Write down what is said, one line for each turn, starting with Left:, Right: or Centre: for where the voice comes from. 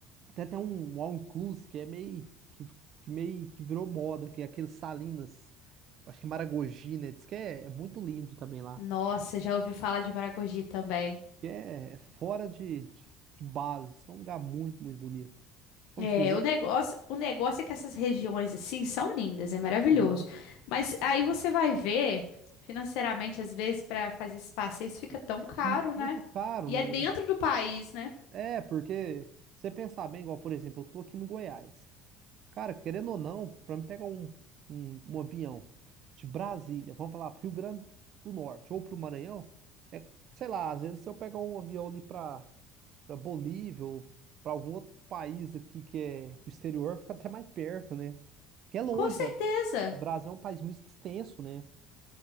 Right: tem até um all-inclusive que é meio que, que meio que virou moda, que é aquele Salinas, acho que é Maragogi, né? Diz que é, é muito lindo também lá.
Left: Nossa, já ouvi falar de Maragogi também.
Right: Que é, é fora de, de, de base, diz que é um lugar muito, muito bonito. Como
Left: É,
Right: diz, eu-
Left: o negócio, o negócio é que essas regiões assim são lindas, é maravilhoso.
Right: Aham.
Left: Mas aí você vai ver, financeiramente, às vezes, para fazer esses passeios fica tão caro,
Right: mu- muito
Left: né?
Right: caro,
Left: E
Right: né?
Left: é dentro do país, né?
Right: É, porque você pensar bem, igual, por exemplo, eu tô aqui no Goiás. Cara, querendo ou não, para me pegar um, um, um avião de Brasília, vamos falar pro Rio Grande do Norte ou pro Maranhão, é, sei lá, às vezes se eu pegar um avião ali pra para Bolívia ou pra algum outro país aqui que é o exterior, fica até mais perto, né? Que é longe,
Left: Com certeza.
Right: né? O Brasil é um país muito extenso, né?